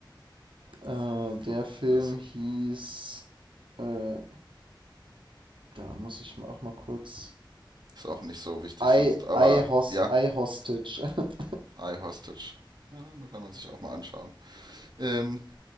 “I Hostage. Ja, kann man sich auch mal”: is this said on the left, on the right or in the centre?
Right